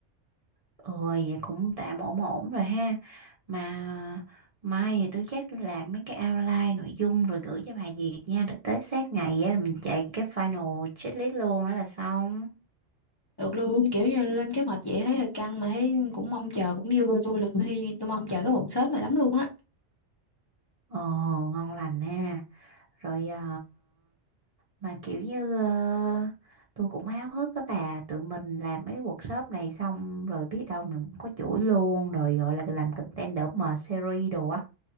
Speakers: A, on the right (about 40°); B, on the left (about 35°).
A: ừ vậy cũng tạm ổn ổn rồi ha mà mai thì tôi chắc tôi làm mấy cái outline nội dung rồi gửi cho bà Diệp nha rồi tới sát ngày á là mình chạy cái final checklist luôn đó là xong
B: được luôn kiểu như lên kế hoạch vậy thấy hơi căng mà thấy cũng mong chờ cũng vui tôi là tôi hy- tôi mong chờ cái workshop này lắm luôn á
A: ồ ngon lành ha rồi à mà kiểu như ờ, tôi cũng háo hức á bà tụi mình làm mấy workshop này xong rồi biết đâu mình cũng có chuỗi luôn rồi gọi là làm content đỡ mệt series đồ á